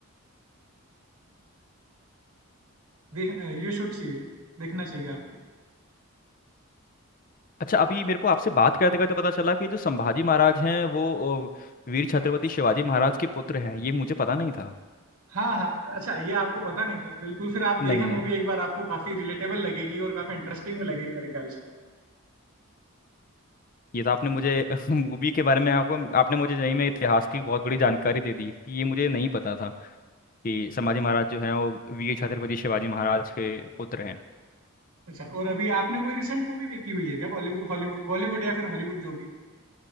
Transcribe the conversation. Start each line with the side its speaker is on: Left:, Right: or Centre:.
Right: देख यू शुड सी इट देखना चाहिए आपको
Left: अच्छा अभी मेरे को आपसे बात करते करते पता चला कि जो संभाजी महाराज हैं वो अ, वीर छत्रपति शिवाजी महाराज के पुत्र हैं ये मुझे पता नहीं था
Right: हाँ हाँ अच्छा ये आपको पता नहीं था बिल्कुल फिर आप देखें
Left: नहीं
Right: मूवी
Left: नहीं
Right: एक बार आपको काफी रिलेटेबल लगेगी और काफी इंटरेस्टिंग भी लगेगी मेरे ख्याल से
Left: ये तो आपने मुझे <laughs> मूवी के बारे में आपको आपने मुझे नहीं में इतिहास की बहुत बड़ी जानकारी दे दी ये मुझे नहीं पता था कि संभाजी महाराज जो हैं वो वीर छत्रपति शिवाजी महाराज के पुत्र हैं
Right: अच्छा और अभी आपने कोई रिसेंट मूवी देखी हुई है क्या बॉलीवुड हॉलीवुड बॉलीवुड या फिर हॉलीवुड जो भी